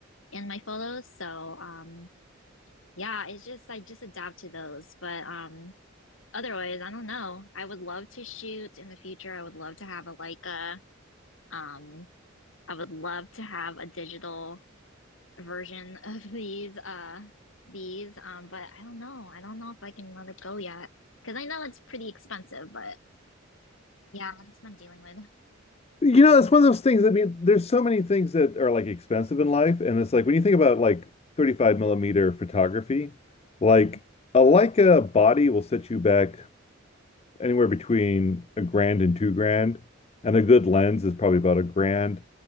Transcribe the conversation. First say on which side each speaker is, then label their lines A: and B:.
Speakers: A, on the left; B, on the left.
A: in my photos. So um, yeah, it's just I just adapt to those. But um, otherwise, I don't know. I would love to shoot in the future. I would love to have a Leica. Um, I would love to have a digital version <laughs> of these uh these um but I don't know. I don't know if I can let it go yet because I know it's pretty expensive, but yeah, that's what I'm dealing with.
B: You know, it's one of those things. I mean, there's so many things that are like expensive in life, and it's like when you think about like 35 millimeter photography, like
A: Mhm.
B: a Leica body will set you back anywhere between a grand and two grand, and a good lens is probably about a grand.